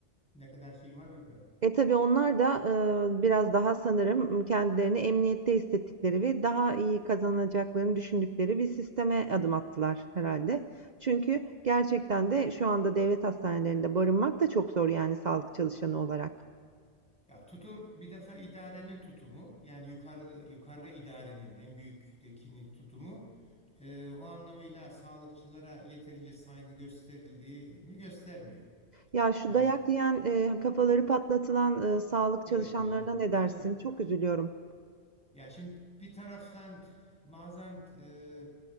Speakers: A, in the centre; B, on the right.
A: ne kadar şeyin var bilmiyorum.
B: E, tabii onlar da, eee, biraz daha sanırım kendilerini emniyette hissettikleri ve daha iyi kazanacaklarını düşündükleri bir sisteme adım attılar herhalde. Çünkü gerçekten de şu anda devlet hastanelerinde barınmak da çok zor yani sağlık çalışanı olarak.
A: Ya tutum bir defa idarenin tutumu yani yukarı yukarı idarenin en büyüktekinin tutumu e, o anlamıyla sağlıkçılara yeterince saygı gösterildiğini göstermiyor.
B: Ya, şu
A: Yani
B: dayak yiyen, eee, kafaları patlatılan, eee, sağlık
A: evet
B: çalışanlarına
A: ya
B: ne dersin?
A: değil mi?
B: Çok üzülüyorum.
A: Ya şimdi bir taraftan bazen e,